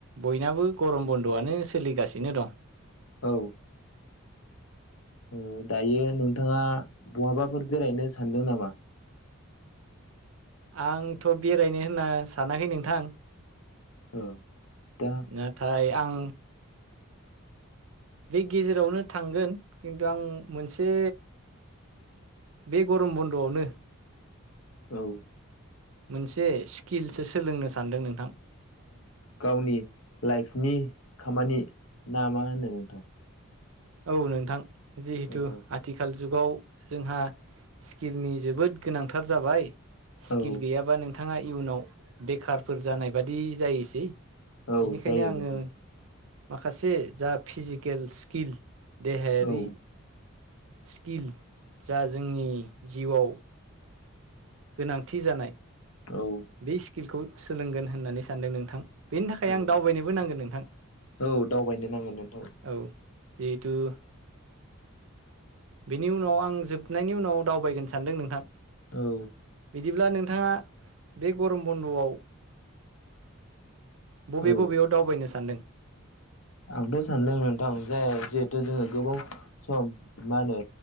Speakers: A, on the right; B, on the left.
A: बयनाबो बो गरम बन्द'आनो सोलिगासिनो दं
B: औ औ दायो नोंथाङा बहाबाफोर बेरायनो सानदों नामा
A: आंथ' बेरायनो होनना सानाखै नोंथां
B: औ दा
A: नाथाय आं बे गेजेरावनो थांगोन खिन्थु आं मोनसे बे गरम बन्द'आवनो
B: औ
A: मोनसे स्किलसो सोलोंनो सानदों नोंथां
B: गावनि लाइफनि खामानि ना मा होनो नोंथां
A: औ नोंथां जिहेथु
B: ओ
A: आथिखाल जुगाव जोंहा स्किलनि जोबोद गोनांथार जाबाय स्किल
B: औ
A: गैयाबा नों नोंथाङा इयुनाव बेखारफोर जानाय बादि जायोसै
B: औ
A: बेनिखायनो
B: जायो
A: आङो
B: नोंथां
A: माखासे जा फिजिकेल स्किल देहायारि
B: औ
A: स्किल जा जोंनि जिउआव गोनांथि जानाय
B: औ
A: बे स्किलखौ सोलोंगोन होननानै सानदों नोंथां बेनि थाखाय
B: औ
A: आं दावबायनोबो नांगोन नोंथां
B: औ दावबायनो नांगोन नोंथां
A: औ जिहेतु बेनि उनाव आं जोबनायनि उनाव दावबायगोनो सानदों नोंथां
B: औ
A: बिदिब्ला नोंथाङा बे गरम बन्द'आव बबे
B: औ
A: बबेयाव दावबायनो सानदों
B: आंथ' सानदों नोंथां जाय जिहेथु जोङो गोबाव सम मा होनो